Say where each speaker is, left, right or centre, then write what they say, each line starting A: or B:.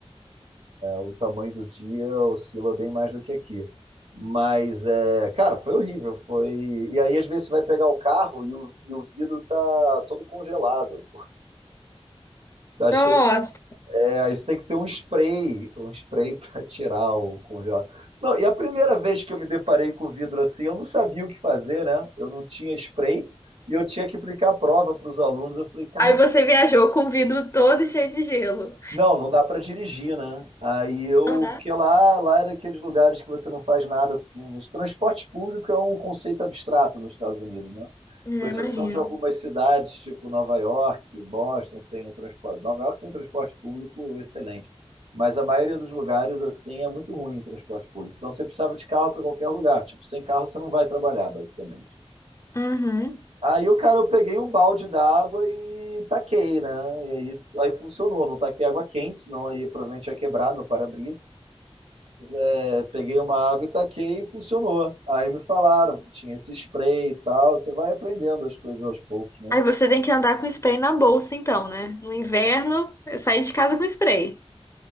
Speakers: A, on the right; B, on the left.
A: O tamanho do dia oscila bem mais do que aqui. Mas, é, cara, foi horrível. Foi... E aí, às vezes, você vai pegar o carro e o, e o vidro tá todo congelado. <laughs> Tá
B: Nossa.
A: cheio. É, aí você tem que ter um spray, um spray <laughs> para tirar o congelado. Não, e a primeira vez que eu me deparei com vidro assim, eu não sabia o que fazer, né? Eu não tinha spray e eu tinha que aplicar a prova para os alunos. Eu falei, cara,
B: Aí você viajou com o vidro todo cheio de gelo.
A: Não, não dá pra dirigir, né? Aí eu,
B: Não dá?
A: porque lá, lá é daqueles lugares que você não faz nada com. os Transporte público é um conceito abstrato nos Estados Unidos, né?
B: É,
A: Com exceção
B: imagina.
A: de algumas cidades, tipo Nova York, Boston, tem o transporte. Nova York tem um transporte público excelente, mas a maioria dos lugares assim é muito ruim o transporte público. Então você precisava de carro para qualquer lugar. Tipo, sem carro você não vai trabalhar, basicamente.
B: Uhum.
A: Aí o cara, eu peguei um balde d'água e taquei, né? E aí, aí funcionou. Não taquei água quente, senão aí provavelmente ia quebrar meu para-brisa. É, peguei uma água e taquei e funcionou. Aí me falaram que tinha esse spray e tal. Você vai aprendendo as coisas aos poucos, né?
B: Aí você tem que andar com spray na bolsa, então, né? No inverno, é sair de casa com spray.